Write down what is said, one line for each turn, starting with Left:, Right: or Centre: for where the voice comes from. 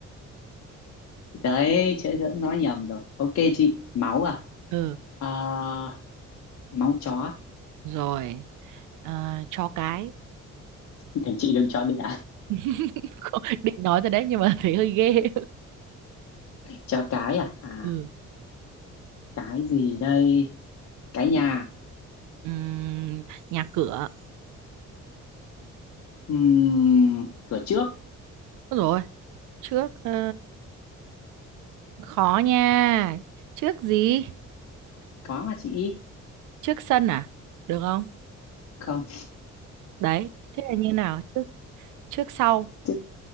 Left: đấy chữ dỡ nói nhầm rồi ok chị máu à
Right: ừ
Left: Ờ, máu chó
Right: rồi à, chó cái
Left: <laughs> thành chị đừng chó đẻ
Right: <laughs> định nói rồi đấy nhưng mà <laughs> thấy hơi ghê
Left: chó cái à à
Right: ừ
Left: cái gì đây cái nhà
Right: Ừm, nhà cửa
Left: Ừm, cửa trước
Right: Ôi rồi trước ờ, khó nha trước gì
Left: có mà chị
Right: trước sân à được không
Left: không
Right: đấy thế là như nào trước trước sau
Left: chứ